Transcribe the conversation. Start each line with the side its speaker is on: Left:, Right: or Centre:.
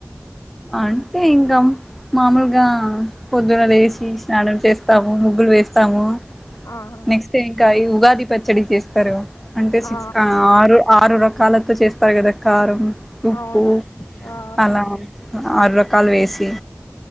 Centre: అంటే ఇంకా మామూలుగా. పొద్దున లేచి స్నానం చేస్. స్తాము ముగ్గులు వేస్తాము
Left: ఆహా
Centre: నెక్స్ట్ంకా ఇ ఉగాది పచ్చడి చేస్తారు అంటే సిక్స్
Left: ఆ
Centre: ఆరు ఆరు ర కాలతో చేస్తారు కదా కారం ఉప్పు
Left: అవును ఆ
Centre: అలా ఆరు రకాలు వేసి